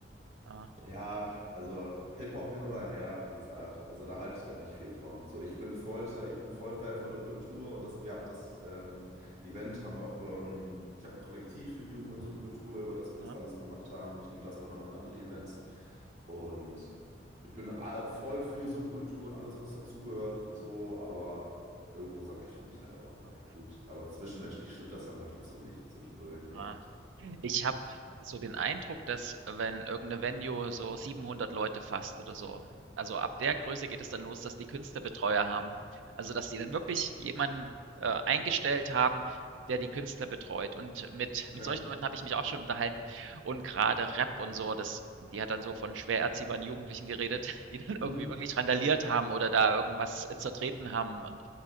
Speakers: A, on the right; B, on the right.
A: Ah,
B: ja, also Hip-Hop hin oder her, wie gesagt. Also da halte ich dann nicht viel von. So, ich bin voll, ich bin voll Fan von der Kultur und das, wir haben das ähm, Event haben wir auch über, ähm, ich habe ein Kollektiv für Jugend und Subkultur, über das wir das
A: ah,
B: alles gemacht haben. Nicht nur das, sondern noch andere Events. Und ich bin all, voll für Subkultur und alles, was dazugehört und so, aber irgendwo sage ich für mich halt auch,
A: ah,
B: ja gut, aber zwischenmenschlich stimmt das dann halt trotzdem nicht zwischendurch, ne?
A: ah. Ich habe so den Eindruck, dass wenn irgend 'ne Venue so 700 Leute fasst oder so also ab der Größe geht es dann los, dass die Künstlerbetreuer haben. Also, dass die dann wirklich jemanden, äh, eingestellt haben, der die Künstler betreut. Und mit
B: Okay.
A: mit solchen Leuten habe ich mich auch schon unterhalten und gerade Rap und so, das die hat dann so von schwer erziehbaren Jugendlichen geredet, <laughs> die dann
B: Mhm.
A: irgendwie wirklich randaliert haben oder da irgendwas, äh, zertreten haben und